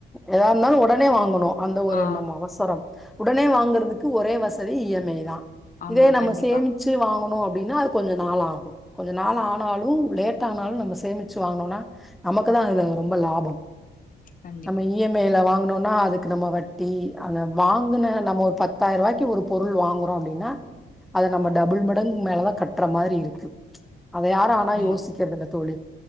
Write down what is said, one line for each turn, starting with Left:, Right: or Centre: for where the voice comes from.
Centre: எதா இருந்தாலு ஒடனே வாங்கணு அந்த ஒரு
Left: ஆ
Centre: எண்ணம் அவசரம் உடனே வாங்கறதுக்கு ஒரே வசதி இ எம் ஐ தா
Left: ஆமா
Centre: இதே நம்ம
Left: கண்டிப்பா
Centre: சேமிச் சி வாங்கணு அப்படின்னா அது கொஞ்ச நாள் ஆகு கொஞ்ச நாள் ஆனாலும் லேட்டானாலு நம்ம சேமிச்சு வாங்கனோம்னா நமக்கு தா அதுல ரொம்ப லாபம்
Left: கண்டிப்பா
Centre: நம்ம இ எம் ஐ ல வாங்கனோம்னா அதுக்கு நம்ம வட்டி அங்க வாங்கன நம்ம ஒரு பத்தாயிரூவாய்க்கு ஒரு பொருள் வாங்குறோ அப்படின்னா அத நம்ம டபுள் மடங்கு மேலதா கட்ற மாரி இருக்கு அதையா ரு ஆனா
Left: ஆமா
Centre: யோசிக்கிறதுல்ல தோழி